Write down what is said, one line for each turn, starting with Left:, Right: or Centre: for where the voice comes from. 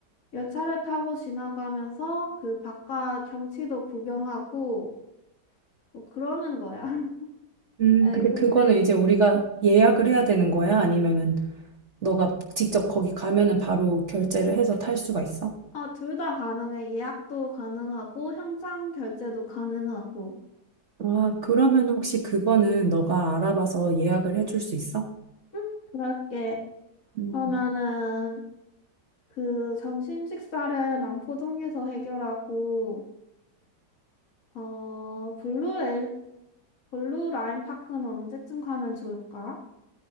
Left: 열차를 타고 지나가면서 그 바깥 경치도 구경하고 뭐 그러는 거야. <laughs>
Right: 음.
Left: 에이
Right: 근데
Left: 근데
Right: 그거는 이제 우리가 예약을 해야 되는 거야? 아니면은 너가 직접 거기 가면은 바로 결제를 해서 탈 수가 있어?
Left: 아 둘 다 가능해. 예약도 가능하고 현장 결제도 가능하고.
Right: 아, 그러면 혹시 그거는 너가 알아봐서 예약을 해줄 수 있어?
Left: 응, 그럴게.
Right: 음,
Left: 그러면은 그 점심 식사를 남포동에서 해결하고 어 블루레일 블루 라인 파크는 언제쯤 가면 좋을까?